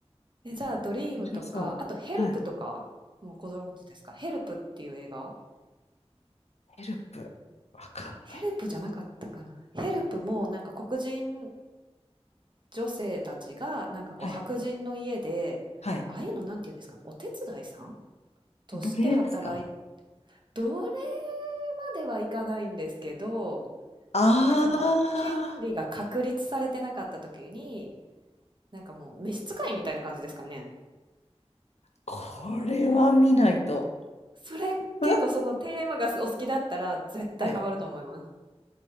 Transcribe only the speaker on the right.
え、じゃあ、ドリームとか、
あとヘルプとかもうご存知ですか？
ヘルプっていう映画？
ヘルプじゃなかったかな。ヘルプもなんか黒人女性たちがなんかこう白人の家で、
ああいうのなんて言うんですかね、お手伝いさんとして働い
どれまではいかないんですけど、
なんかまあ、権利が確立されてなかった時に、なんかもう召使いみたいな感じですかね。
それ結構そのテーマがお好きだったら絶対ハマると思います。